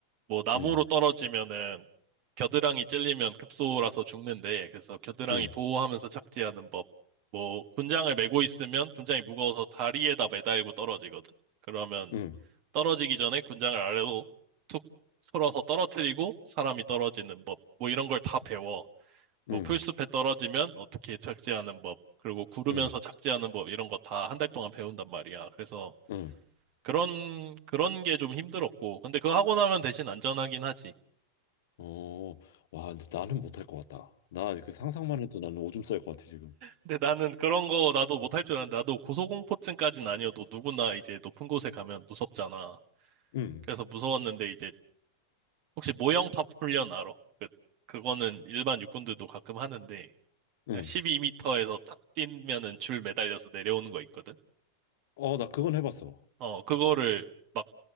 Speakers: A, on the right; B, on the left.
A: 뭐 나무로
B: 응,
A: 떨어지면은 겨드랑이 찔리면 급소라서 죽는데 그래서 겨드랑이
B: 응,
A: 보호하면서 착지하는 법. 뭐 군장을 메고 있으면 군장이 무거워서 다리에다 매달고 떨어지거든. 그러면
B: 응,
A: 떨어지기 전에 군장을 아래로 툭 풀어서 떨어뜨리고 사람이 떨어지는 법. 뭐 이런 걸 다 배워. 뭐
B: 응,
A: 풀숲에 떨어지면 어떻게 착지하는 법, 그리고 구르면서
B: 응,
A: 착지하는 법 이런 거 다 한 달 동안 배운단 말이야. 그래서
B: 응.
A: 그런 그런 게 좀 힘들었고, 근데 그거 하고 나면 대신 안전하긴 하지.
B: 어, 와, 근데 나는 못 할 것 같다. 나 그 상상만 해도 나는 오줌 쌀 것 같아, 지금.
A: 근데 나는 그런 거 나도 못할 줄 알았는데 나도 고소공포증까진 아니어도 누구나 이제 높은 곳에 가면 무섭잖아.
B: 응,
A: 그래서 무서웠는데 이제 혹시 모형탑 훈련 알아? 그 그거는 일반 육군들도 가끔 하는데
B: 응.
A: 12m에서 탁 뛰면은 줄 매달려서 내려오는 거 있거든.
B: 어, 나 그건 해봤어.
A: 어, 그거를 막